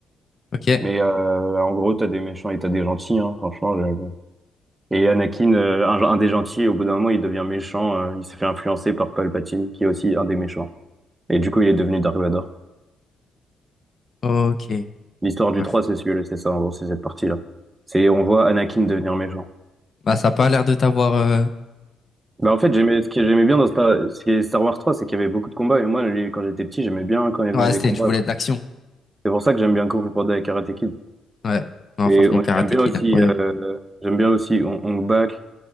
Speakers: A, on the left (about 40°); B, on the right (about 20°).
A: Ok.
B: Mais euh, en gros, t'as des méchants et t'as des gentils, hein, franchement. je- Et Anakin, euh, un, un des gentils, au bout d'un moment, il devient méchant. euh, il s'est fait influencer par Palpatine, qui est aussi un des méchants. Et du coup, il est devenu Dark Vador.
A: Ok. Je
B: L'histoire
A: vois,
B: du 3
A: je vois.
B: c'est celui-là, c'est ça, en gros, c'est cette partie-là. C'est, on voit Anakin devenir méchant.
A: Bah, ça n'a pas l'air de t'avoir. euh,
B: Bah, en fait, j'aimais, ce que j'aimais bien dans Star, ce qui est Star Wars trois c'est qu'il y avait beaucoup de combats. Et moi, les- quand j'étais petit, j'aimais bien quand il y avait
A: Ouais,
B: les
A: c'était,
B: combats,
A: tu voulais
B: là.
A: de l'action.
B: C'est pour ça que j'aime bien Kung Fu Panda et Karate Kid.
A: Ouais. Non,
B: Et
A: franchement,
B: on-
A: Karate
B: j'aime bien
A: Kid,
B: aussi,
A: incroyable.
B: euh, j'aime bien aussi Hong Hong Bak,